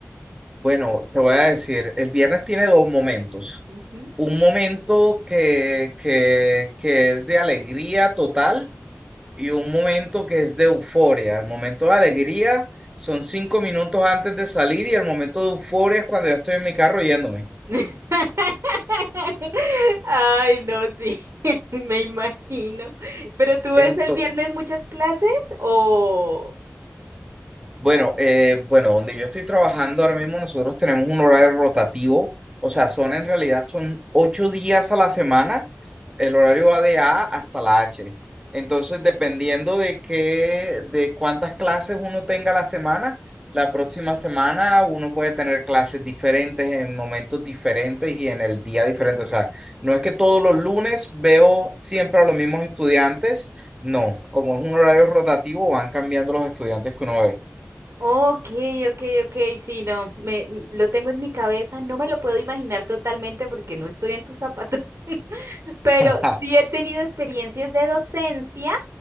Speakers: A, on the right; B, on the right.
A: Bueno, te voy a decir, el viernes tiene dos momentos.
B: Ujú.
A: Un momento que, que, que es de alegría total y un momento que es de euforia. El momento de alegría son cinco minutos antes de salir y el momento de euforia es cuando ya estoy en mi carro yéndome.
B: <laughs> Ay, no, sí, <laughs> me imagino. ¿Pero tú ves
A: Ento-
B: el viernes muchas clases o...?
A: bueno, eh, bueno, donde yo estoy trabajando ahora mismo nosotros tenemos un horario rotativo, o sea, son en realidad son ocho días a la semana El horario va de A hasta la H. Entonces, dependiendo de qué, de cuántas clases uno tenga la semana, la próxima semana uno puede tener clases diferentes en momentos diferentes y en el día diferente. O sea, no es que todos los lunes veo siempre a los mismos estudiantes. No, como es un horario rotativo, van cambiando los estudiantes que uno ve.
B: Ok, ok, ok, sí, no, me, m- lo tengo en mi cabeza, no me lo puedo imaginar totalmente porque no estoy en tus zapatos, <laughs> pero
A: <laughs>
B: sí he tenido experiencias de docencia